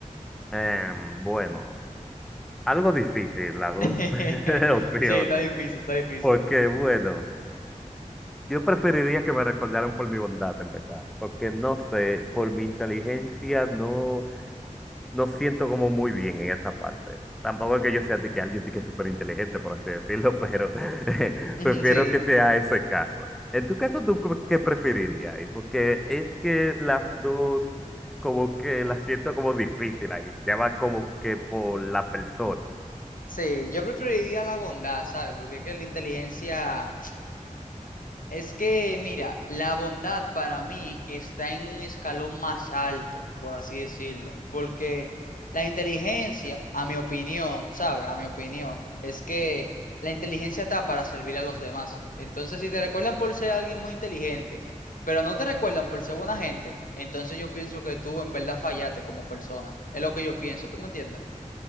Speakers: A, in the centre; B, on the left.
A: Em, bueno, algo difícil las dos
B: <laughs>
A: <laughs> opciones.
B: Sí, está difícil, está difícil.
A: Porque, bueno, yo preferiría que me recordaran por mi bondad, en verdad. Porque no sé, por mi inteligencia no. no siento como muy bien en esa parte. Tampoco es que yo sea de que alguien de que es súper inteligente, por así decirlo, pero <laughs>
B: Ujú,
A: prefiero
B: Sí,
A: que sea ese caso. En tu caso, ¿tú qué qué preferirías? ahí? Porque es que las dos, como que las siento como difíciles ahí. Ya va como que por la persona.
B: sí, yo preferiría la bondad, ¿sabes? Porque es que la inteligencia... Es que, mira, la bondad para mí está en un escalón más alto, por así decirlo. Porque la inteligencia, a mi opinión, ¿sabes? A mi opinión, es que la inteligencia está para servir a los demás. Entonces, si te recuerdan por ser alguien muy inteligente, pero no te recuerdan por ser buena gente, entonces yo pienso que tú en verdad fallaste como persona. Es lo que yo pienso, ¿tú me entiendes?